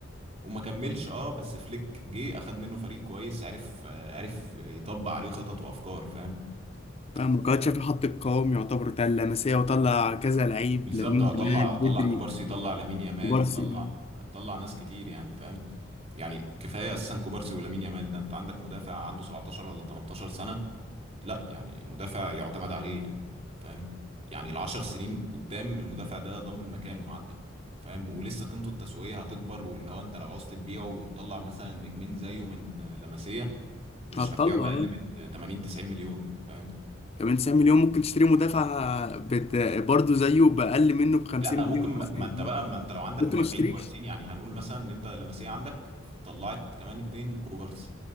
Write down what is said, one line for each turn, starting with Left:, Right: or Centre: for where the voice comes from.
Right: وما كملش اه بس فليك جه اخد منه فريق كويس عرف آه، عرف يطبق عليه خطط وافكار فاهم
Left: فاهم
Right: ف
Left: كمان شافي حط القوام يعتبر بتاع اللمسية وطلع كذا لعيب
Right: بالظبط
Left: لامين
Right: اه طلع
Left: يامال
Right: طلع
Left: بدري
Right: كوبارسي طلع لامين يامال
Left: كبار
Right: مم.
Left: سنين
Right: طلع طلع ناس كتير يعني فاهم يعني كفايه اساسا كوبارسي ولامين يامال ده انت عندك مدافع عنده 17 ولا 18 سنه لا يعني مدافع يعتمد عليه يعني فاهم يعني العشر سنين قدام المدافع ده ضامن مكانه عندك فاهم ولسه قيمته التسويقيه هتكبر واللي هو انت لو عاوز تبيعه وتطلع مثلا نجمين زيه من لمسيه مش
Left: هتطلع
Right: هتبيعه باقل
Left: اه
Right: من 80 90 مليون فاهم
Left: كمان 90 مليون ممكن تشتري مدافع بت... برضه زيه بأقل منه ب 50
Right: لا
Left: مليون
Right: ممكن ما
Left: مثلا
Right: ما انت بقى ما انت لو عندك
Left: انت
Right: مدافعين
Left: ما تشتريش
Right: كويسين يعني هنقول مثلا ان انت لمسيه عندك طلعت كمان اتنين كوبارسي